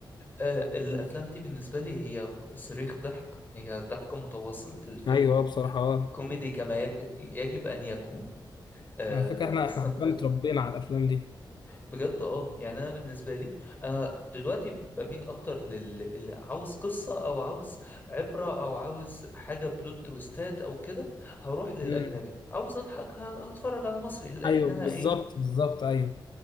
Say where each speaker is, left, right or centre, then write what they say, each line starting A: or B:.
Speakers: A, on the left; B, on the left.
A: آه، الافلام دي بالنسبه لي هي صريخ ضحك هي ضحك متواصل الفيلم
B: ايوه آه، بصراحة اه
A: كوميدي كما يك... يجب ان يكون آه،
B: على فكرة احنا
A: استمتع
B: احنا حرفيا اتربينا على الافلام دي
A: بجد اه يعني انا بالنسبه لي انا دلوقتي بميل اكتر لل لل- عاوز قصه او عاوز عبره او عاوز حاجه بلوت تويستات او كده هروح للاجنبي
B: امم
A: عاوز اضحك ه- هتفرج على مصري لانها
B: ايوه بالظبط
A: ايه
B: بالظبط ايوه